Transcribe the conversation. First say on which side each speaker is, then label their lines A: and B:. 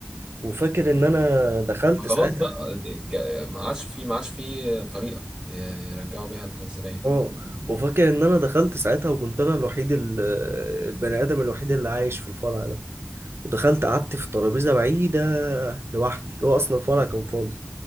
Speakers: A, on the right; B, on the right.
A: وفاكر ان انا دخلت
B: ما خلاص
A: ساعتها
B: بقى دي- جا- ما عادش في ما عادش في طريقه ي- يرجعوا بيها الزباين
A: اه وفاكر ان انا دخلت ساعتها وكنت انا الوحيد ال- البني ادم الوحيد اللي عايش في الفرع ودخلت قعدت في ترابيزة بعيدة لوحدي هو أصلا الفرع كان فاضي